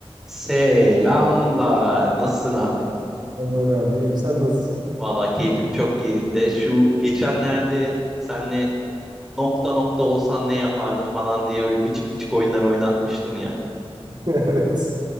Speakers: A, in the centre; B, on the right (about 45°).
A: Selamlar. Nasılsın abi?
B: Aman abi iyiyim. Sen nasılsın?
A: Valla keyfim çok yerinde. Şu geçenlerde senle nokta nokta olsan ne yapardım falan diye böyle gıcık gıcık oyunlar oynatmıştım ya.
B: <laughs> Evet.